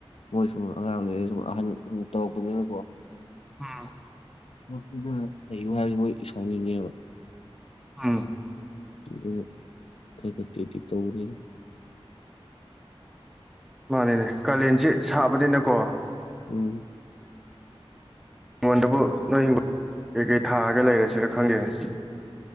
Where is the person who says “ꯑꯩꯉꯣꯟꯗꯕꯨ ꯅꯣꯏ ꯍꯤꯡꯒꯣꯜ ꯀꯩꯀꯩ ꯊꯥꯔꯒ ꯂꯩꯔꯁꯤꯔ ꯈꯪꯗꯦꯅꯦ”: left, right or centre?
Centre